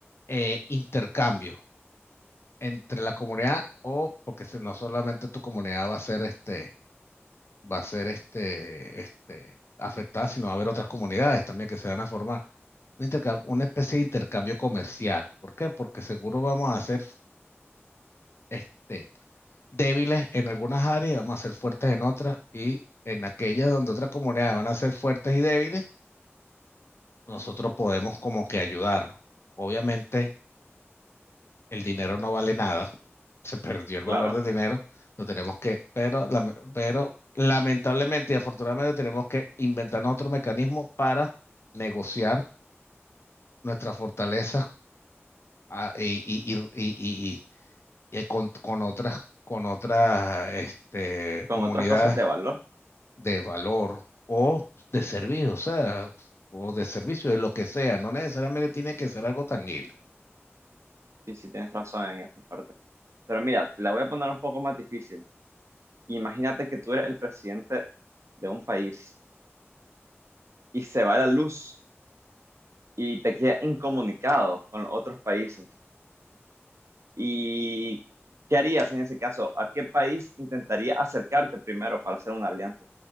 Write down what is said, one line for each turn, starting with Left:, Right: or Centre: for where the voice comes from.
Left: eh, intercambio entre la comunidad o porque si no solamente tu comunidad va a ser este va a ser este, este, afectada, sino va a haber otras comunidades también que se van a formar. Un interca- una especie de intercambio comercial. ¿Por qué? Porque seguro vamos a ser este, débiles en algunas áreas y vamos a ser fuertes en otras. Y en aquellas donde otras comunidades van a ser fuertes y débiles, nosotros podemos como que ayudarnos. Obviamente el dinero no vale nada, se perdió el
Right: claro,
Left: valor del dinero, lo tenemos que, pero, lame- pero lamentablemente y afortunadamente tenemos que inventarnos otro mecanismo para negociar nuestras fortalezas ah, y, y- y- y- y- y con, con otras, con otras este,
Right: con
Left: comunidades
Right: otras cosas de valor,
Left: de valor o de servicio, o sea, o de servicio, de lo que sea, no necesariamente tiene que ser algo tangible.
Right: sí, sí tienes razón en esa parte. Pero mira, la voy a poner un poco más difícil. Imagínate que tú eres el presidente de un país y se va la luz y te quedas incomunicado con los otros países. ¿Y qué harías en ese caso? ¿A qué país intentaría acercarte primero para hacer una alianza?